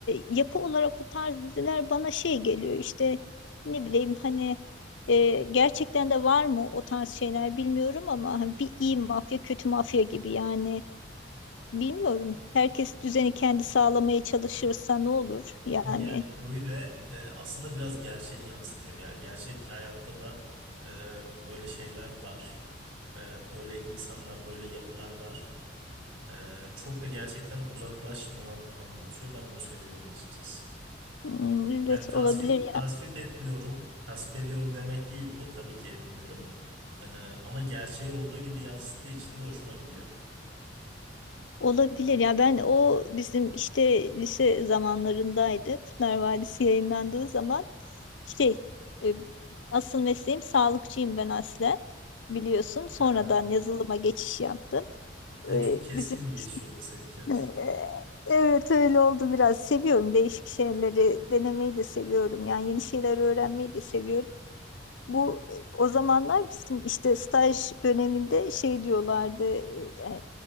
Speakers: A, on the left; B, on the right.
A: yapı olarak o tarz diziler bana şey geliyor işte ne bileyim hani e, gerçekten de var mı o tarz şeyler bilmiyorum ama hani bir iyi mafya kötü mafya gibi yani bilmiyorum. Herkes düzeni kendi sağlamaya çalışırsa ne olur yani.
B: Yani öyle e, aslında biraz gerçeği yansıtıyor ya. Gerçek hayatta da e, böyle şeyler var. E, böyle insanlar, böyle yapılar var. E, çok da gerçekten uzaklaşmadan anlatıyor. Ben onu seviyorum açıkçası.
A: Hmm, evet
B: Yani tasvip
A: olabilir
B: tasvip etmiyorum, tasvip ediyorum demek değil bu. Tabii ki etmiyorum. E, ama gerçeği olduğu gibi yansıttığı için de hoşuma gidiyor.
A: Olabilir ya ben o bizim işte lise zamanlarındaydı. Kurtlar Vadisi yayınlandığı zaman şey e, asıl mesleğim sağlıkçıyım ben aslen biliyorsun. Sonradan
B: Aha.
A: yazılıma geçiş yaptım.
B: E,
A: E,
B: çok keskin
A: bizim
B: bir geçiş
A: işte,
B: oldu seninki Hatice.
A: e, evet öyle oldu biraz. Seviyorum değişik şeyleri denemeyi de seviyorum. Yani yeni şeyler öğrenmeyi de seviyorum. Bu e, o zamanlar bizim işte staj döneminde şey diyorlardı e,